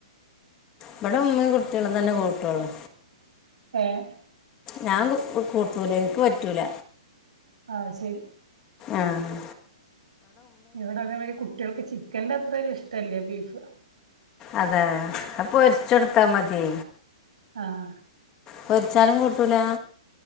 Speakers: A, on the left; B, on the right.
A: ബ്ടഉമ്മേം കുട്ട് ട്ട്യോളും തന്നെ കൂട്ടൊള്ളു
B: ഏഹ്
A: ഞാൻ <unintelligible> കു കൂട്ടൂല എൻക്ക് പറ്റൂല
B: അഹ് സരി
A: ആഹ്
B: ഇവിടെ അത മാരി കുട്ടികൾക്ക് ചിക്കൻന്റെ അത്രെ ഒരു ഇഷ് ട്ടല്ല ബീഫ്
A: അതേ അപ്പൊരിച്ചെടുത്താ മതി
B: ആഹ്
A: പൊരി ചാലും കൂട്ടൂല